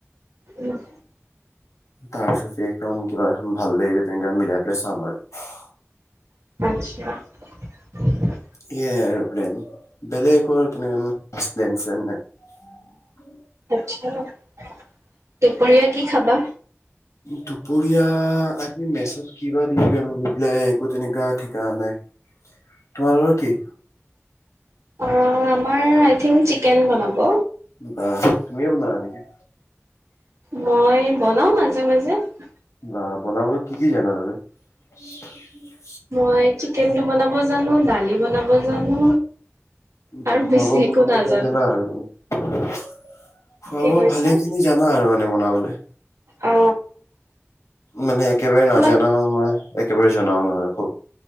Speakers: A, on the right; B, on the left.
A: উম <unintelligible>
B: তাৰপিছত একৰাউণ্ড কিবা এখন ভাল লাগিলে <unintelligible> মিলাই <unintelligible> চাম আৰু <inaudible>
A: <unintelligible>
B: কি য়ে আৰু প্লেন, বেলেগ একো আৰু তেনে ন প্লেন-শ্লেন নাই।
A: <unintelligible> কি খাবা?
B: দুপৰীয়া আত- ই মেচত কি বা <unintelligible> ৰিপ্লাই একো তেনেকা ঠিকাহ নাই, তোমালোকৰ কি?
A: অহ ', আমাৰ আই থি তিল চিকেন বনাব
B: বা তুমিয়ে বনোৱা নেকি?
A: মই বনাও মাজে-মাজে <unintelligible>
B: বা, বনাবলৈ কি- কি জানা তুমি? <inaudible>
A: মই চিকেনটো বনাম বনাব জানো দালি বনাব জানো
B: বা
A: আৰু
B: খোৱা
A: বেছি
B: বোৱা
A: একো
B: বনোৱা
A: নাজানো।
B: বিলাক জানা আৰু মানে খোৱা
A: কি
B: বোৱা
A: কৈছা?
B: ভালে খিনি জানা আৰু মানে বনাবলৈ
A: অ
B: মানে একেবাৰে
A: তোমাল
B: নাজানাও নহয় একেবাৰে জনাও নহয় খুব